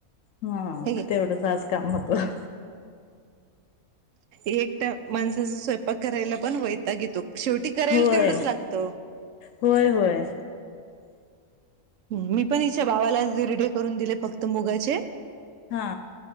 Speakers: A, on the left; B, on the right.
A: हा
B: हे घे.
A: तेवढंच आज काम होतं
B: एकट माणसाचा स्वयंपाक करायला पण वयताग येतो शेवटी करायला
A: होय
B: तेवढंच लागत
A: होय होय
B: मी पण हिच्या बावालाच दिरडे करून दिले फक्त मुगाचे.
A: हा